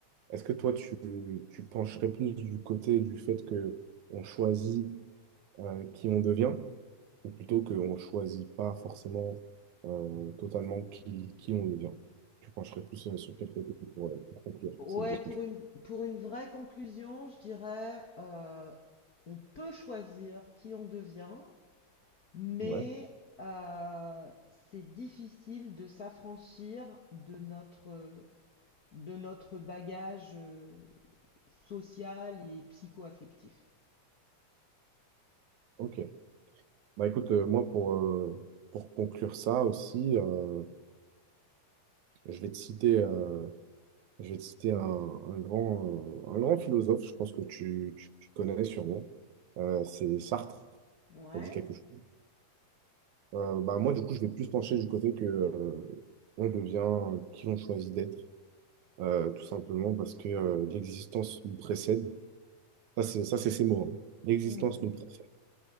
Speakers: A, on the right; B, on the left.
A: est-ce que toi, tu, tu pencherais plus du côté du fait que on choisit euh, qui on devient, ou plutôt qu'on choisit pas forcément euh, totalement qui, qui on devient? Tu pencherais plus euh, sur quel côté pour, euh, pour conclure
B: Ouais,
A: cette discussion?
B: pour une, pour une vraie conclusion, je dirais, euh, on peut choisir qui on devient, mais
A: Ouais,
B: euh, c'est difficile de s'affranchir de notre, de notre bagage. euh, social et psycho-affectif.
A: ok. Bah écoute, euh, moi, pour, euh, pour conclure ça aussi, euh, je vais te citer. euh, Je vais te citer un, un grand, euh, un grand philosophe, je pense que tu, tu- tu connais sûrement. Euh, c'est Sartre,
B: Ouais.
A: ça dit quelque chose. Euh, bah, moi, du coup, je vais plus pencher du côté que euh, on devient qui on choisit d'être, euh, tout simplement parce que euh, l'existence nous précède. Ça, c'est ça, c'est ces mots. hein. L'existence
B: Mhm.
A: nous précède.